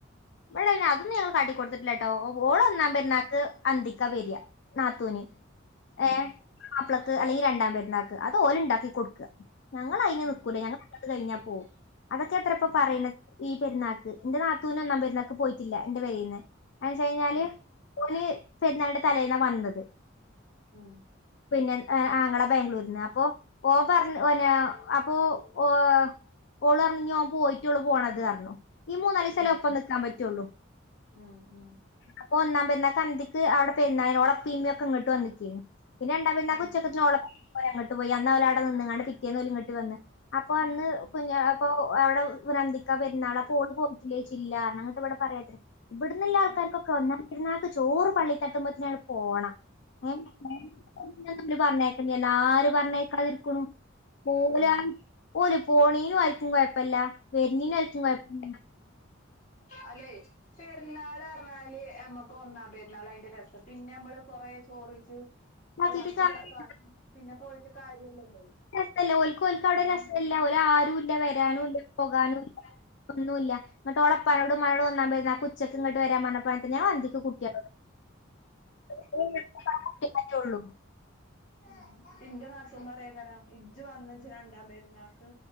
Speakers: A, on the left; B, on the left.
A: ഇബ്ടെ അതൊന്നും ഞങ്ങൾ കാട്ടി കൊടുത്തിട്ടില്ലട്ടോ ഓൾ ഒന്നാ പെരുന്നാക്ക് അന്തിക്കാ വെരാ നാത്തൂന്
B: ഉം
A: ഏഹ് മാപ്പ്ളക്ക് അല്ലെങ്കി രണ്ടാം പെരുന്നാക്ക് അത് ഓല് ഇണ്ടാക്കി കൊടുക്കുക. ഞങ്ങള് അയിന്
B: ഉം
A: നിൽക്കൂല ഞങ്ങൾ അത് കഴിഞ്ഞാ പോവും അതൊക്കെയാ ഇപ്പ
B: ഉം
A: പറയണത്. ഈ പെരുന്നാക്ക് എന്റെ നാത്തൂന് ഒന്നാം പെരുന്നാക്ക് പോയിട്ടില്ല എന്റെ പേരേന്ന് എന്ന് വെച്ച കഴിഞ്ഞാല്
B: ആഹ്
A: ഓള് പെരുന്നാളിന്റെ തലേന്നാ വന്നത്.
B: ഉം
A: പിന്നെ ആങ്ങള ബാംഗ്ലൂര്ന്ന് അപ്പൊ ഓൻ പറഞ്ഞ ഓനാ അപ്പൊ ഓഹ് ഓളറഞ്ഞു ഓൻ പോയിട്ടൊള്ളു പോണത് പറഞ്ഞു ഈ മൂന്നാലിസല്ലേ
B: ഉം
A: ഒപ്പം നിക്കാൻ പറ്റുള്ളൂ
B: ഉം ഉം
A: പ്പൊ ഒന്നാൻ പെരുന്നാക്കന്തിക്ക് അവിടെ പെരുന്നായോളപ്പീമിയ ഒക്കെ ഇങ്ങട്ട് വന്നിക്ക്‌ പിന്നെ രണ്ടാ പെരുന്നാക്ക്
B: ഉം
A: ഉച്ചക്ക്‌ പോ അങ്ങോട്ട് പോയി അന്നോലവിടെ നിന്ന്‌ങ്ങാണ്ട് പിറ്റേന്നോല് ഇങ്ങ്ട്ട് വന്ന്. അപ്പൊ അന്ന്
B: ഉം
A: കുഞ്ഞ അപ്പൊ അവിടെ ഒരു അന്തിക്കാ പെരുന്നാൾ അപ്പോ ഓൽ പോയിട്ടില്ലേയ്ച്ച് ഇല്ലാ ഞങ്ങക്ക് ഇവ്ട പറയാത്ത് ഇബ്ട്ന്നില്ല ആൾക്കാർക്കൊക്ക
B: ഉം
A: ഒന്നാം പെര്ന്നാക്ക് ചോറ് പള്ളിക്കെത്ത്മ്പത്ത്നങ്ങട് പോണം. <unintelligible> പറഞ്ഞേക്കലില്ല ആര് പറഞ്ഞേക്കണതിരിക്കും പോവൂലാ
B: ഉം
A: ഓല് പോണീനും ആർക്കും കൊഴപ്പല്ല വെര്ന്നീനും ആർക്കും കൊഴപ്പല്ല
B: അല്ലേ പെരുന്നാളാർഞ്ഞാല് അമ്മക്ക് ഒന്നാം പെരുന്നാൾ അയ്ന്റെ രസം പിന്നെ നമ്മള് കൊറേചോറെച്ച്.
A: ഇതാക്കിട്ട്
B: പള്ളാർച്ച്
A: കാര്യമില്ല.
B: കാ കാ പിന്നെ പോയിട്ട് കാര്യല്ലല്ലോ.
A: ല്ല ല്ല ഓൽക്കൊൽക്കും അവിടെ രസല്ല ഓലാരും ഇല്ല വരാനുംല്ല പോകാനുംല്ല ഒന്നുല്ല. ന്ന്‌ട്ട് ഓളെപ്പാനോടും ഉമ്മാനോടും എന്നാവെര ഉച്ചക്ക് ഇങ്ങോട്ട് വെരാൻ പർഞ്ഞപ്പൊ ഞാൻന്തി സു കുട്ട്യാള് <unintelligible>
B: ഉം
A: ഉള്ളൂ
B: ഉം ഇപ്പെന്റെ നാത്തൂൻ പറയാക്കാരം ഇജ്ജ് വന്ന ഇജ്ജ് രണ്ടാം പെരുന്നാക്ക്.